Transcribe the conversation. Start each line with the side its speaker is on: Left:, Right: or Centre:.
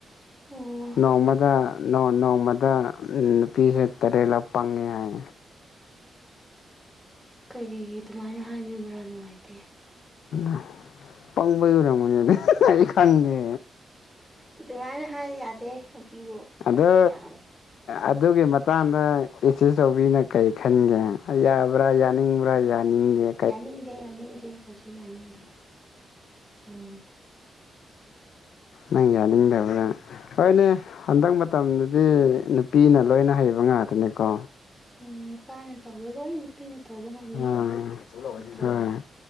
Centre: ꯎꯝ
Left: ꯅꯣꯡꯃꯗ ꯅꯣꯡꯃꯗ ꯅꯨꯄꯤꯁꯨ ꯇꯔꯦꯠꯂ ꯄꯪꯉꯦ ꯍꯥꯏ
Centre: ꯀꯔꯤꯒꯤ ꯑꯗꯨꯃꯥꯏꯅ ꯍꯥꯏꯕꯤꯕ꯭ꯔꯥ ꯅꯨꯡꯉꯥꯏꯇꯦ
Left: ꯑ ꯄꯪꯕꯩ ꯌꯔꯝꯃꯅꯦ ꯑꯗꯨ ꯑꯩ ꯈꯪꯗꯦ
Centre: ꯑꯗꯨꯃꯥꯏꯅ ꯍꯥꯏ ꯌꯥꯗꯦ ꯅꯨꯄꯤꯕꯨ
Left: ꯑꯗ
Centre: ꯌꯥꯝ
Left: ꯑꯗꯨꯒꯤ ꯃꯇꯥꯡꯗ ꯏꯆꯦꯆꯤꯅ ꯀꯔꯤ ꯈꯟꯒꯦ ꯕ꯭ꯔꯥ ꯌꯥꯅꯤꯡꯕ꯭ꯔꯥ ꯌꯥꯅꯤꯡ ꯌꯦ
Centre: ꯌꯥꯅꯤꯡꯗꯦ ꯌꯥꯅꯤꯡꯗꯦ ꯀꯩꯁꯨ ꯌꯥꯅꯤꯡꯗꯦ ꯎꯝ
Left: ꯅꯪ ꯌꯥꯗ ꯇꯕ꯭ꯔ ꯍꯣꯏꯅꯦ ꯍꯟꯗꯛ ꯃꯇꯝꯗꯗꯤ ꯅꯨꯄꯤꯅ ꯂꯣꯏꯅ ꯍꯩꯕ ꯉꯥꯛꯇꯅꯦꯀꯣ
Centre: ꯎꯝ ꯅꯨꯄꯥꯅ ꯇꯧꯕ ꯂꯣꯏ ꯅꯨꯄꯤꯅ ꯇꯧꯕ ꯉꯝꯃꯦ
Left: ꯎꯝ
Centre: ꯅꯠꯇ꯭ꯔꯥ
Left: ꯍꯣꯏ